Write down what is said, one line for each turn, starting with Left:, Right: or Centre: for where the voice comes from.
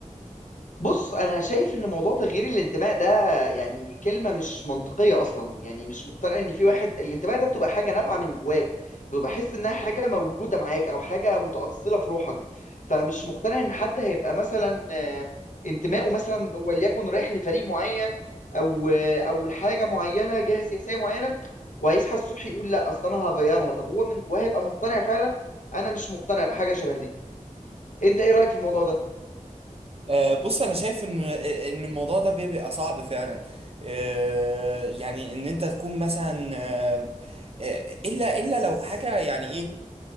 Left: بص انا شايف ان موضوع تغيير الانتماء ده يعني كلمه مش منطقيه اصلا يعني مش مقتنع ان في واحد الانتماء ده بتبقى حاجه نابعه من جواك بتبقى حس انها حاجه مولوده معاك او حاجه متاصله في روحك فمش مقتنع ان حد هيبقى مثلا آه، انتمائه مثلا وليكن رايح لفريق معين او آه، او لحاجه معينه جهه سياسيه معينه وهيصحى الصبح يقول لا اصل انا هغيرها طب هو من جواه هيبقى مقتنع فعلا انا مش مقتنع بحاجه شبه دي انت ايه رايك في الموضوع ده
Right: آه، بص انا شايف ان ان الموضوع ده بيبقى صعب فعلا آه، يعني ان انت تكون مثلا آه، آه، الا الا لو حاجه يعني ايه